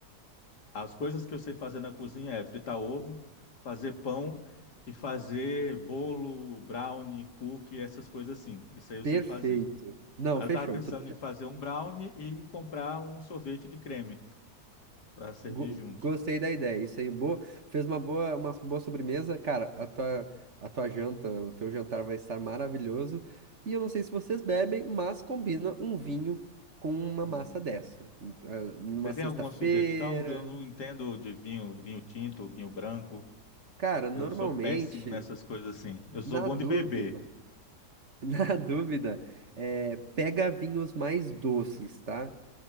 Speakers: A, on the left; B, on the right.
A: As coisas que eu sei fazer na cozinha é fritar ovo, fazer pão e fazer bolo, brownie, cookie, essas coisas assim. Isso aí eu
B: perfeito.
A: sei fazer.
B: Não,
A: Aí
B: fechou.
A: eu tava pensando
B: Então
A: em fazer um brownie e comprar um sorvete de creme para servir
B: Go-
A: junto.
B: Gostei da ideia. Isso aí, boa. Fez uma boa, uma boa sobremesa. Cara, a tua, a tua janta, o teu jantar vai estar maravilhoso. E eu não sei se vocês bebem, mas combina um vinho com uma
A: Hum.
B: massa dessa. Ah, Numa
A: Você tem
B: sexta-feira.
A: alguma sugestão? Eu não entendo de vinho, vinho tinto, vinho branco.
B: Cara, normalmente,
A: Eu sou péssimo nessas coisas assim. Eu sou
B: na
A: bom
B: dúvida,
A: de beber.
B: <laughs> na dúvida, é, pega vinhos mais doces, tá?